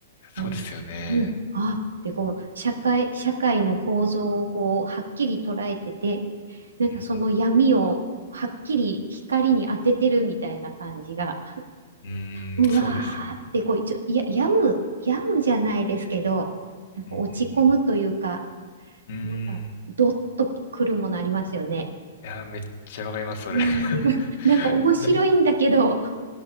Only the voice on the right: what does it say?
うん。うん。あーって、こう、社会、社会の構造をこう、はっきり捉えてて、なんかその闇をはっきり光に当ててるみたいな感じが。
うわ
ーってこう一応、いや、病む、病むじゃないですけど、なんか落ち込むというか、
なんかドッとくるものありますよね。
うん、
なんか面白いんだけど、